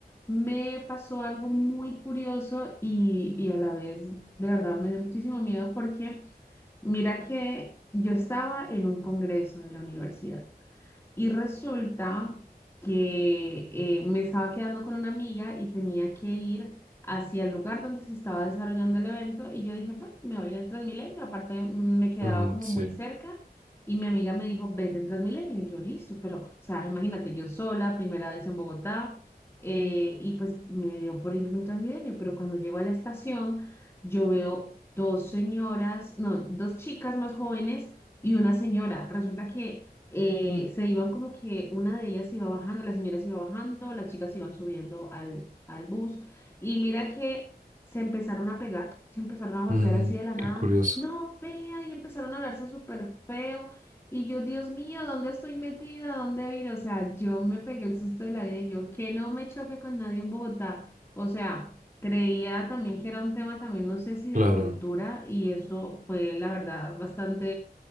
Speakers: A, on the left; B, on the right.
A: me pasó algo muy curioso y, y a la vez de verdad me dio muchísimo miedo porque mira que yo estaba en un congreso de la universidad. Y resulta que eh, me estaba quedando con una amiga y tenía que ir hacia el lugar donde se estaba desarrollando el evento y yo dije, bueno, me voy a ir en Transmilenio, aparte mm, me quedaba
B: Mm,
A: como
B: sí,
A: muy cerca y mi amiga me dijo, vete en Transmilenio y yo listo, pero, o sea, imagínate, yo sola, primera vez en Bogotá eh, y pues me dio por irme en Transmilenio, pero cuando llego a la estación yo veo dos señoras, no, dos chicas más jóvenes y una señora. Resulta que eh, se iban como que una de ellas iba bajando, la señora se iba bajando, las chicas iban subiendo al, al bus y mira que se empezaron a pegar, se empezaron a golpear
B: Mm,
A: así de la nada,
B: qué curioso.
A: no, vea, y empezaron a hablarse súper feo y yo, Dios mío, ¿dónde estoy metida? ¿Dónde vino? O sea, yo me pegué el susto de la vida, y yo que no me choque con nadie en Bogotá, o sea... Creía también que era un tema también, no sé si
B: Claro,
A: de cultura, y eso fue, la verdad, bastante